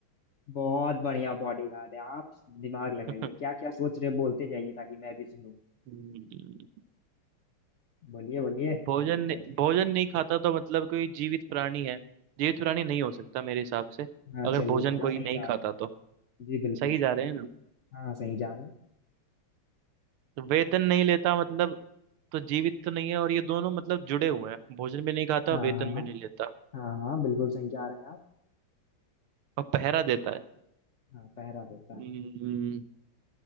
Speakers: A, on the left; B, on the right.
A: बहुत बढ़िया बॉडीगार्ड है आप दिमाग लगाइए
B: <laughs>
A: क्या क्या सोच रहे हैं, बोलते जाइए ताकि मैं भी सुनूं
B: हम्म,
A: बोलिए बोलिए सोचिए
B: भोजन नहीं- भोजन नहीं खाता तो मतलब कोई जीवित प्राणी है जीवित प्राणी नहीं हो सकता मेरे हिसाब से
A: हाँ
B: अगर
A: चलिए
B: भोजन
A: थोड़ा
B: कोई
A: सही
B: नहीं
A: जा रहे
B: खाता
A: हैं
B: तो
A: जी बिल्कुल
B: सही जा रहे हैं ना
A: हाँ सही जा रहे हैं
B: वेतन नहीं लेता मतलब तो जीवित तो नहीं है और ये दोनों मतलब जुड़े हुए हैं भोजन भी नहीं खाता
A: हाँ
B: वेतन
A: हाँ हाँ
B: भी नहीं लेता
A: हाँ हाँ, बिल्कुल सही जा रहे हैं आप
B: और पहरा देता है
A: हाँ पहरा देता है
B: हम्म,